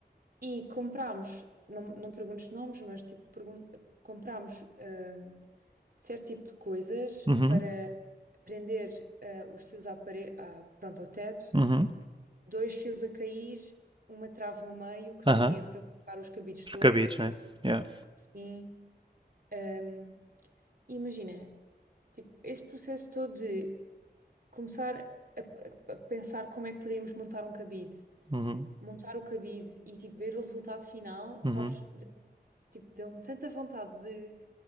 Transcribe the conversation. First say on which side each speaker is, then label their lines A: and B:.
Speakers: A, on the right; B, on the right.
A: E comprámos, não, não perguntes nomes, mas tipo, pergun comprámos hum, certo tipo de coisas
B: uhum,
A: para prender eh, os fios à parede, à, pronto, ao teto,
B: uhum,
A: dois fios a cair, uma trave no meio, que seria
B: aham.
A: para colocar os cabides
B: Os
A: todos,
B: cabides, né? Yeah.
A: sim. Hum, e imagina, tipo, esse processo todo de começar a, a- a pensar como é que poderíamos montar um cabide
B: Uhum,
A: montar o cabide e tipo ver o resultado final, sabes?
B: uhum.
A: Tipo, deu-me tanta vontade de,